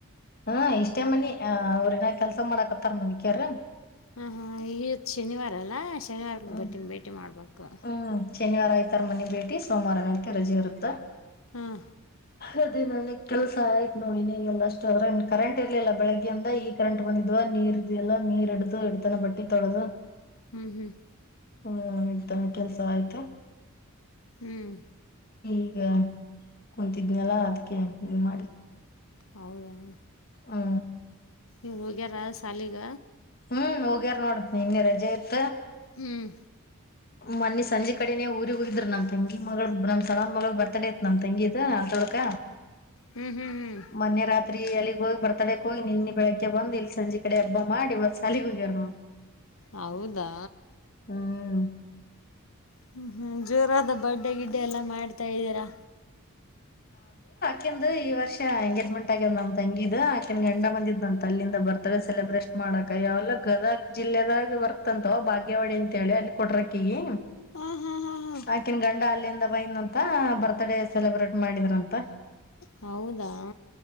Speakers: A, on the left; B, on the left.
A: ಹ ಇಷ್ಟ ಅಷ್ಟೇ ಮನಿ ಅ ಅವ್ರನ ಕೆಲ್ಸ ಮಾಡಕತ್ತಾರ ಮುದಕ್ಯಾರ
B: ಹ ಹಾ ಈವತ್ ಶನಿವಾರಲ್ಲಾ ಶನಿವಾರ
A: ಹ್ಮ್
B: ಭಟಿ ಭೇಟಿ ಮಾಡ್ಬೇಕು
A: ಹ್ಮ್ ಶನಿವಾರ ಐ್ತಾರ ಮನೆ ಭೇಟಿ ಸೋಮವಾರ ನಂತೆ ರಜೆ ಇರುತ್ತಾ
B: ಹ್ಮ್
A: ಅದೇ ನನ್ ಕೆಲಸ ಆಯ್ತು ನೋಡಿನಿ ಎಲ್ಲ ಅಷ್ಟು ಅದ್ರ ಕರೆಂಟ್ ಇರ್ಲಿಲ್ಲ ಬೆಳಗ್ಗೆಯಿಂದ ಈ ಕರೆಂಟ್ ಬಂದಿದ್ ನೀರ್ ಇದೆಯಲ್ಲ ನೀರ್ ಹಿಡ್ದು ಇಿಡತನ ಬಟ್ಟಿ ತೊಳೆದು
B: ಹ್ಮ್ ಹ್ಮ್
A: ಹ್ಮ್ ಆತ ಕೆಲ್ಸ ಆಯ್ತಾ
B: ಹ್ಮ್
A: ಈಗ ಕುಂತಿದ್ನಲ್ಲ ಅದ್ಕ್ಕೆ ಇನ್ ಮಾಡ
B: ಹೌದಾ
A: ಹಾ
B: ಇವ್ರು ಹೋಗ್ಯಾರ ಶಾಲಿಗ
A: ಹ್ಮ್ ಹೋಗ್ಯಾರ ನೋಡ ಇನ್ನ ರಜೆ ಇತ್
B: ಹ್ಮ್
A: ಮನ್ನಿ ಸಂಜೆ ಕಡೆನನೆ ಊರಿಗೆಗ್ ಹೋಗಿದ್ರರು ನಮ್ ತಂಗಿ ಮ ನಮ್ ಸಳ ಮ ಬರ್ತಡೇ ಐತ್ ನಮ ತಂಗಿ ನಲ್ದೊಡ್ಕ
B: ಹ್ಮ್ ಹ್ಮ್ ಹ್ಮ್
A: ಮೊನ್ನ ರಾತ್ರಿ ಅಲ್ಲಿ ಗ ಹೋಗಿ ಬರ್ತಾ ಹೋಗಿ ನಿನ್ನ ಬೆಳಗ್ಗೆ ಬಂದು ಇಲ್ಲಿ ಸಂಜೆ ಕಡೆ ಹಬ್ಬ ಮಾಡಿ ಇವತ್ ಸಲ ಹೋಗ್ಯರ್ ನಾವು
B: ಹೌದಾ
A: ಹ್ಮ್.
B: ಹ್ಮ ಜೋರಾದ ಬಡ್ಡೆ ಗಿಡ್ಡೆ ಎಲ್ಲಾ ಮಾಡ್ತಾ ಇದ್ದೀರಾ
A: ಆಕಂದು ಈ ವರ್ಷ ಎಂಗೇಜ್ಮೆಂಟ್ ಆಗ್ಯ್ ನಮ್ ತಂಗಿದ್ ಆಕನ್ ಗಂಡ ಬಂದಿದ್ ನನ್ ತಲ್ಲಿಂದ ಬರ್ತ್ಡಡೆ ಸೆಬ್ರೇಟ್ ಮಾಡಿ ಮಾಡಕ ಯಾವಲ್ಲ ಗದಗ್ ಜಿಲ್ಲೆದಾಗ ಬರ್ತಂತವ ಬಾಗ್ಯವಾಡಿ ಅಂತೇಳಿ ಅಲ್ಲಿ ಕೊಟ್ರಕ ಈಗ
B: ಹಾ ಹಾ ಹಾ ಹಾ
A: ಆಕನ್ ಗಂಡ ಅಲ್ಲಿಯಂದ ಬೈನ್ ಅಂತ ಬರ್ತ್ಡೇ ಸೆಲೆಬ್ರೇಟ್ ಮಾಡಿದ್ರಂತ
B: ಹೌದಾ